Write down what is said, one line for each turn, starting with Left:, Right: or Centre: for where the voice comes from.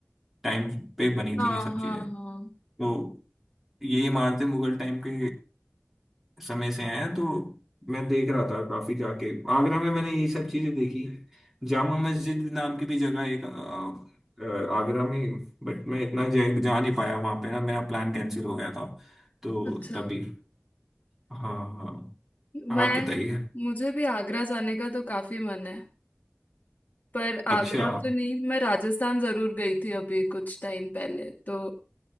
Centre: टाइम पे बनी
Left: हाँ
Centre: थी ये सब
Left: हाँ
Centre: चीजें
Left: हाँ
Centre: तो ये इमारतें मुगल टाइम के समय से हैं तो मैं देख रहा था काफी जाके आगरा में मैंने ये सब चीजें देखी जामा मस्जिद नाम की भी जगह एक अ, अ, आगरा में बट मैं इतना जा, जा नहीं पाया वहां पे ना मेरा प्लान कैंसिल हो गया था तो
Left: अच्छा
Centre: तभी हाँ हाँ हाँ।
Left: मैं
Centre: आप बताइए
Left: मुझे भी आगरा जाने का तो काफी मन है पर आगरा
Centre: अच्छा
Left: तो नहीं मैं राजस्थान जरूर गई थी अभी कुछ टाइम पहले तो